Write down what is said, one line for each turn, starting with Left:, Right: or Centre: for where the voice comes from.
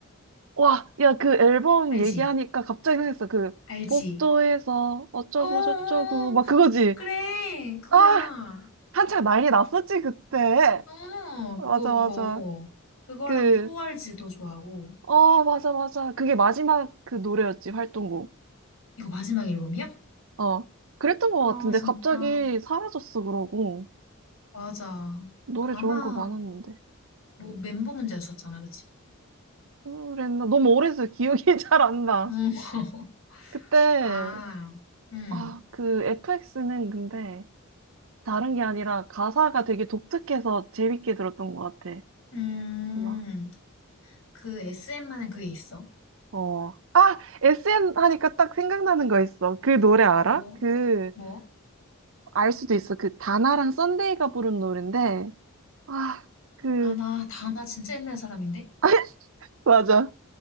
Right: 와, 야, 그 앨범
Left: 알지?
Right: 얘기하니까 갑자기 생각했어. 그,
Left: 알지?
Right: 복도에서 어쩌고
Left: 어어어.
Right: 저쩌고, 막 그거지.
Left: 그래. 그거야.
Right: 아, 한창 난리 났었지, 그때.
Left: 어,
Right: 맞아,
Left: 그거, 그거.
Right: 맞아.
Left: 그거랑
Right: 그,
Left: 4RG도 좋아하고.
Right: 어, 맞아, 맞아. 그게 마지막 그 노래였지, 활동곡.
Left: 이거 마지막 앨범이야?
Right: 어. 그랬던 것
Left: 아,
Right: 같은데,
Left: 진짜.
Right: 갑자기 사라졌어, 그러고.
Left: 맞아.
Right: 노래
Left: 아마,
Right: 좋은 거 많았는데.
Left: 뭐, 멤버 문제였었잖아, 그치?
Right: 그랬나? 너무 오래돼서 기억이 <laughs> 잘 안 나.
Left: 응. <laughs>
Right: 그때,
Left: 아, 음.
Right: 아, 그 FX는 근데 다른 게 아니라 가사가 되게 독특해서 재밌게 들었던 것 같아.
Left: 음.
Right: 막,
Left: 그 SM만은 그게 있어.
Right: 어. 아! SN 하니까 딱 생각나는 거 있어. 그 노래 알아?
Left: 뭐?
Right: 그,
Left: 뭐?
Right: 알 수도 있어. 그 다나랑 썬데이가 부른 노래인데, 아, 그,
Left: 아, 나, 다 나 진짜 옛날 사람인데?
Right: <laughs> 맞아.